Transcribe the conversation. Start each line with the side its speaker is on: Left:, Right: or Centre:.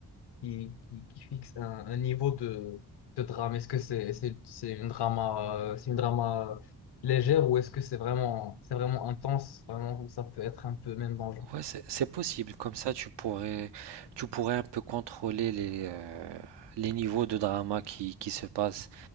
Left: qui, qui, qui fixe un, un niveau de, de drame. Est-ce que c'est c'est, c'est une drama, euh, c'est une drama légère ou est-ce que c'est vraiment, c'est vraiment intense, vraiment où ça peut être un peu même dangereux?
Right: Ouais, c'est c'est possible. Comme ça, tu pourrais, tu pourrais un peu contrôler les, euh, les niveaux de drama qui, qui se passent